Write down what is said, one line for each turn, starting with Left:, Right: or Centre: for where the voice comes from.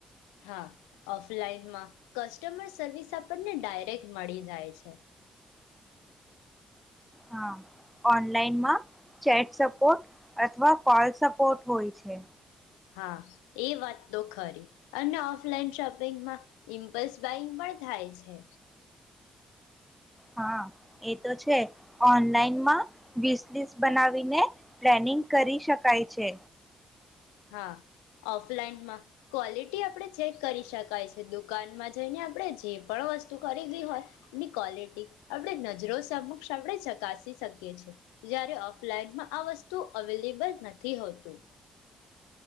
Left: હા ઓફલાઈનમાં કસ્ટમર સર્વિસ આપણને ડાયરેક્ટ મળી જાય છે.
Centre: હા ઓનલાઈનમાં ચેટ સપોર્ટ અથવા કોલ સપોર્ટ હોય છે.
Left: હા એ વાત તો ખરી અને ઓફલાઈન શોપિંગમાં ઇમ્પલ્સ બાઈંગ પણ થાય છે.
Centre: હા એ તો છે ઓનલાઈનમાં વિસ લિસ્ટ બનાવીને પ્લાનિંગ કરી શકાય છે.
Left: હા ઓફલાઈનમાં ક્વોલિટી આપણે ચેક કરી શકાય છે દુકાનમાં જઈને આપણે જે પણ વસ્તુ ખરીદી હોય એની ક્વલિટી આપણે નજરો સમક્ષ આપણે ચકાસી શકીએ છીએ. જારે ઓફલાઈનમાં આ વસ્તુ અવેલેબલ નથી હોતું.